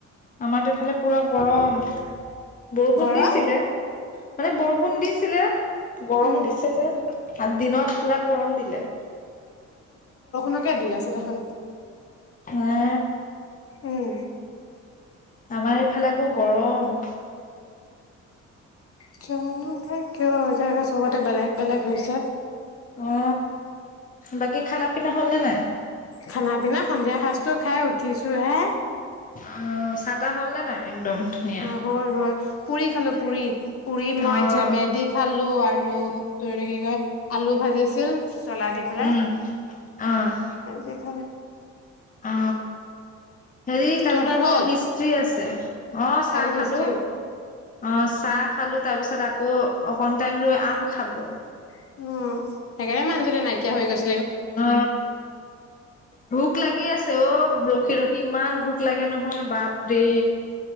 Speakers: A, on the left; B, on the left.
A: আমাৰতো এইফালে পুৰা গৰম, বৰষুণ
B: গৰম
A: দিছিলে মানে বৰষুণ দি, আছিলে <unintelligible> গৰম
B: উম
A: দিছে যে দিনত পুৰা গৰম দিলে
B: নকে দি আছে দেখোন
A: হে
B: উম
A: আমাৰ এইফালে আকৌ গৰম
B: কিয় কিয় জ চবতে বেলেগ বেলেগ হৈছে
A: অ বাকী খানা পিনা হ'লনে নাই
B: খানা পিনা সন্ধিয়া সাজটো খাই উঠিছো হে
A: অ চাহ তাহ হ'ল নে নাই একদম ধুনীয়া
B: অ হ'ল হ'ল পুৰি খালোঁ পুৰি পুৰি মই
A: অ',
B: জেমেদি খালো আৰু <unintelligible> আৰু ত কি কয় আলু ভাজি কিিল <inaudible> <unintelligible> জলা দি পেলাই
A: উম, অ',
B: দি থ
A: অ হেৰি কালিতো
B: তহঁতৰ হ'ল
A: মোৰ হিষ্ট্ৰি আছে অ চাহ
B: কালি
A: খালো
B: হিষ্ট্ৰী
A: অ চাহ খালো তাৰ পিছত আকৌ অকন টাইম লৈ আম খালো
B: অ সেইকাৰণে মানুহজনি নাইকিয়া হৈ গৈছ
A: অ ভোক লাগি আছে অ ৰখি ৰখি ইমান ভুক লাগে নহয় বাপৰে